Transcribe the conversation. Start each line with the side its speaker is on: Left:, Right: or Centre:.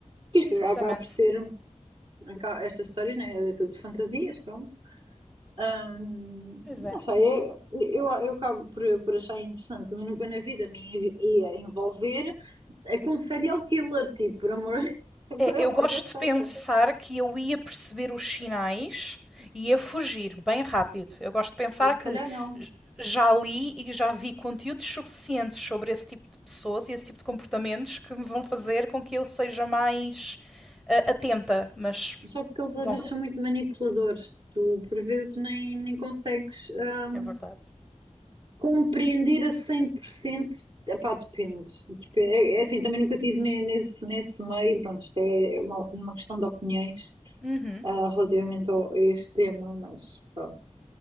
Right: Isto
Centre: Exatamente.
Right: acaba por ser. um, aca- Estas histórias, né? É tudo de fantasias, pronto. Hum,
Centre: Pois
Right: não
Centre: é.
Right: sei, eu, eu, eu acabo por, por achar interessante, mas nunca na vida me envi- ia envolver eh, com um serial killer, tipo, por amor, <laughs>
Centre: é.
Right: por amor
Centre: Eu gosto
Right: da santa.
Centre: de pensar que eu ia perceber os sinais e ia fugir bem rápido. Eu gosto de pensar
Right: Ou se calhar
Centre: que
Right: não.
Centre: já li e já vi conteúdos suficientes sobre esse tipo de pessoas e esse tipo de comportamentos que me vão fazer com que eu seja mais uh, atenta, mas
Right: Só porque eles
Centre: Bom,
Right: às vezes são muito manipuladores. Tu por vezes nem, nem consegues eh,
Centre: é verdade.
Right: compreender a 100%. Epá, depende. Depe- É, é assim, também nunca estive ne- nesse, nesse meio. Pronto, isto é uma, uma questão de opiniões
Centre: Uhum,
Right: ah, relativamente ao- a este tema, mas pronto.